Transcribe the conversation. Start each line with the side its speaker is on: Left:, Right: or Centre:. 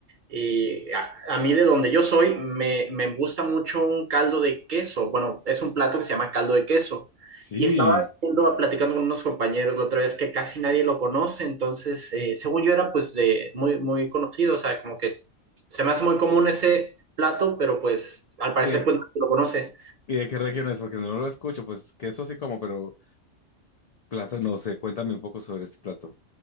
Right: eh, a, a mí de donde yo soy me, me gusta mucho un caldo de queso. Bueno, es un plato que se llama caldo de queso.
Left: Sí.
Right: Y estaba viendo, platicando con unos compañeros la otra vez que casi nadie lo conoce. Entonces, eh, según yo era pues de muy, muy conocido, o sea, como que se me hace muy común ese plato, pero pues al parecer
Left: ¿Y de,
Right: pues nadie lo conoce.
Left: y de qué región es? Porque no lo escucho, pues que eso sí como, pero plato no sé. Cuéntame un poco sobre este plato.